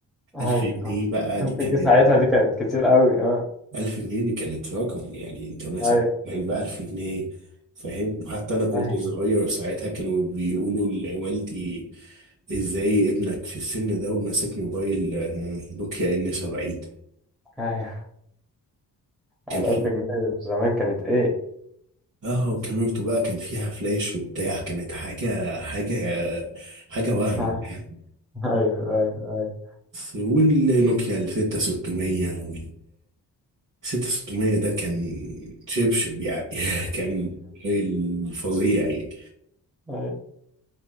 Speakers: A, in the centre; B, on the right.
A: اي
B: 1000 جنيه بقى
A: ألف
B: دي كانت
A: جنيه ساعتها دي كانت كتير قوي اه
B: 1000 جنيه دي كانت رقم يعني انت ماسك
A: اي
B: علبة 1000 جنيه فاهم وحتى انا كنت
A: اي
B: صغير ساعتها كانوا بيقولوا لوالدي ازاي ابنك في السن ده وماسك موبايل آه، نوكيا ان 70
A: اي
B: كان
A: على
B: في
A: ألف جنيه زمان كانت ايه
B: اه وكاميرته بقى كان فيها فلاش وبتاع كانت حاجة حاجة حاجة وهم
A: اي
B: يعني
A: ايوه ايوه
B: والنوكيا ال 6600 ستة ستمية ده كان شبشب يعني <laughs> كان موبايل فظيع يعني
A: ايوه <laughs>